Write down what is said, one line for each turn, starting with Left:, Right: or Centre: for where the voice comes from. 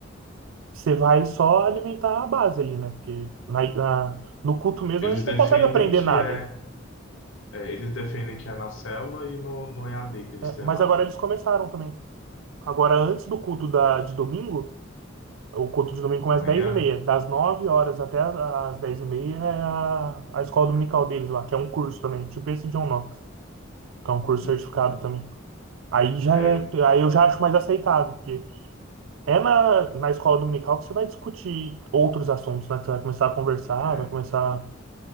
Right: você vai só alimentar a base ali, né? Porque na, na- no culto mesmo
Left: Eles
Right: a gente
Left: defendem
Right: não consegue aprender
Left: que
Right: nada.
Left: é, é, eles defendem que é na célula e no, no EAD que eles
Right: É,
Left: têm
Right: mas
Left: lá,
Right: agora
Left: né?
Right: eles começaram também. Agora, antes do culto da, de domingo, o culto de domingo
Left: De
Right: começa
Left: manhã.
Right: às 10h30. Das 9 horas até às dez e meia é a, a escola dominical deles lá, que é um curso também, tipo esse John Knox, que é um curso
Left: de-
Right: certificado também. Aí já
Left: é,
Right: é, aí eu já acho mais aceitável, porque é na, na escola dominical que você vai discutir outros assuntos, né? Que você vai começar a conversar,
Left: é.
Right: vai começar